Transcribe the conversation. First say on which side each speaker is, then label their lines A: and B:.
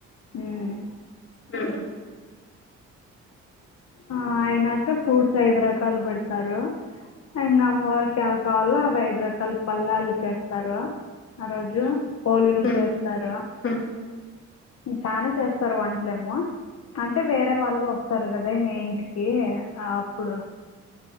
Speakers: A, on the left (about 60°); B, on the left (about 45°).
A: ఉమ్
B: ఉమ్
A: ఆ అయినాక ఫ్రూట్స్ ఐదు రకాలు పెడ్తారు ఇంగ అమ్మవరికి క్యావ్ కావల అవి ఐదు రకాల్ పల్లాలు చేస్తారు ఆ రోజు పోలీలు
B: ఉమ్
A: చేత్ తరు
B: ఉమ్
A: చాలా చేస్తారు వంట్లేమో అంటే వేరే వాళ్ళు ఓస్తారు కదా ఇంటి కి ఆ ఆప్పుడు